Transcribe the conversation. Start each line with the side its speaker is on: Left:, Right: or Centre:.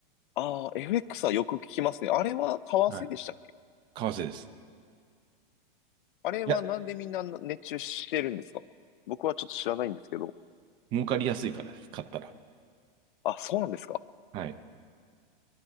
Left: ああ、FX はよく聞きますね。あれは為替でしたっけ
Right: はい。為替です。
Left: あれはなんでみんな熱中してるんですか僕はちょっと知らないんですけど。
Right: いや、儲かりやすいからです。買ったら。
Left: あ、そうなんですか
Right: はい。